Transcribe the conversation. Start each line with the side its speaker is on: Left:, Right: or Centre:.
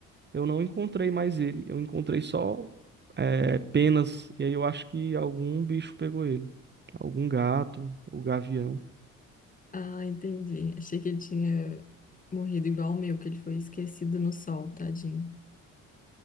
Right: Eu não encontrei mais ele. Eu encontrei só é, penas. E aí eu acho que algum bicho pegou ele. Algum gato ou gavião.
Left: Ah, entendi. Achei que ele tinha morrido igual o meu, que ele foi esquecido no sol, tadinho.